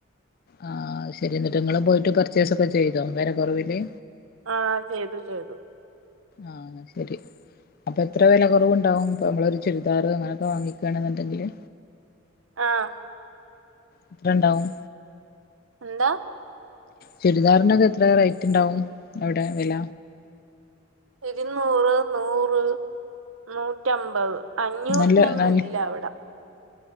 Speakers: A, on the left; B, on the right.
A: ആഹ് അത് ശരി എന്നിട്ട് നിങ്ങള് പോയിട്ട് പർച്ചേസ് ഒക്കെ ചെയ്തോ വില കുറവില്
B: ആഹ് ചെയ്തു ചെയ്തു.
A: ആഹ് എന്ന ശരി അപ്പൊ എത്ര വില കുറവുണ്ടാവും ഇപ്പ നമ്മള് ഒരു ചുരിദാർ അങ്ങനൊക്കെ വാങ്ങിക്കുകയാണെന്നുണ്ടെങ്കില്
B: ആഹ്
A: എത്ര ഉണ്ടാവും.
B: എന്താ
A: ചുരിദാറിന് ഒക്കെ എത്ര റേറ്റ് ഉണ്ടാവും അവിടെ വില
B: ഇരുന്നൂറ്, നൂറ്, നൂറ്റമ്പത് അഞ്ഞൂറിനൊന്നും
A: നല്ല നല്ല
B: ഇല്ല അവ്ടെ